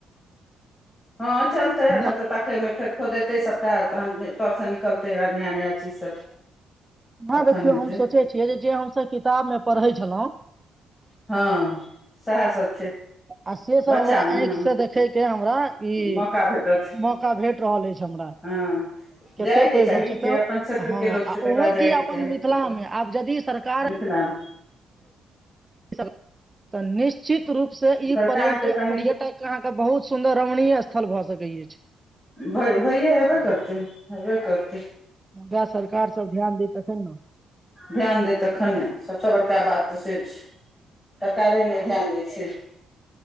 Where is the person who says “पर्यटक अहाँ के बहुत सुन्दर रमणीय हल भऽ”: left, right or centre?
Right